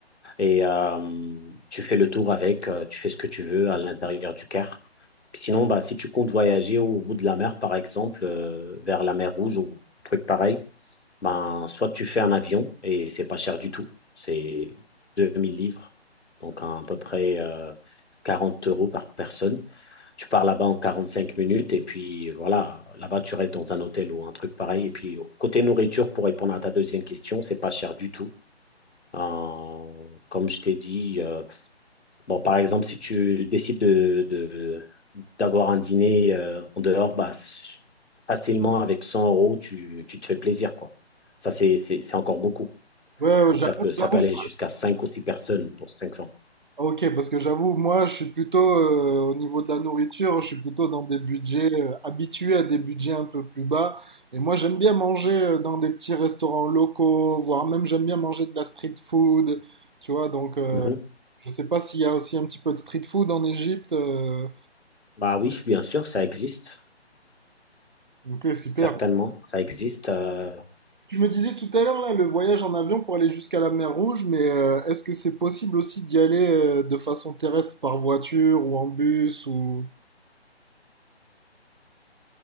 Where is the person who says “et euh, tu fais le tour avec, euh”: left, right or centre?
Left